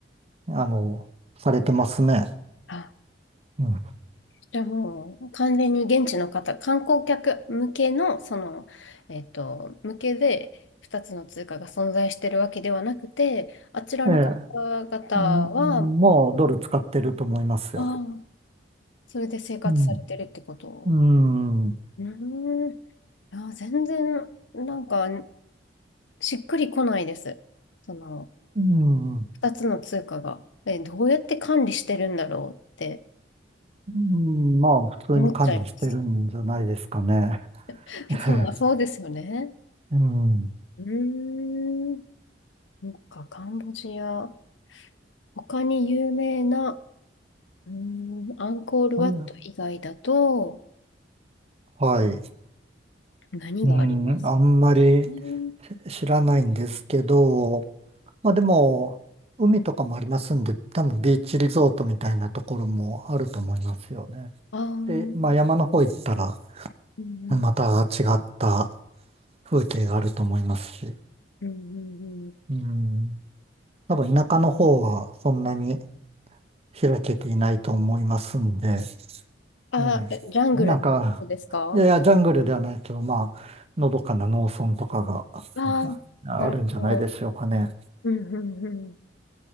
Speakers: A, on the right (about 35°); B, on the left (about 80°).
A: あの、されてますね。
B: あ、
A: うん。
B: じゃあもう、完全に現地の方、観光客向けの、その、えっと、向けで、2つの通貨が存在してるわけではなくて、あちらの方々は、
A: ええ。んもうドル使ってると思いますよ。
B: ああ、それで生活されてるってこと。
A: うん。うん。う
B: うーんあー、全然、なんか、しっくりこないです。その、
A: ん。
B: 二つの通貨が。え、どうやって管理してるんだろうって
A: うんまあ、普通に管理してるんじゃないですかね。
B: 思っちゃいます。<laughs>
A: <laughs>
B: いつも、そうですよね。
A: うん。
B: うーん。なんか、カンボジア、他に有名な、うーん、アンコールワット以外だと、
A: いやはい。
B: 何があります
A: うん、あんまり
B: かね。
A: 知らないんですけど、まあでも、海とかもありますんで、多分ビーチリゾートみたいなところもあると思いますよね。
B: ああ、うん
A: で、まあ山の方行ったら、
B: うん、
A: また違った風景があると思いますし、
B: うんうんうん。
A: うん、多分田舎の方はそんなに開けていないと思いますんで、
B: あー、
A: ええ、
B: えジャングルってことですか
A: なんか、いやいや、ジャングルではないけど、まあ、のどかな農村とかが
B: ああー、
A: えあるんじゃないでしょうかね。
B: なるほど。うんうんうん。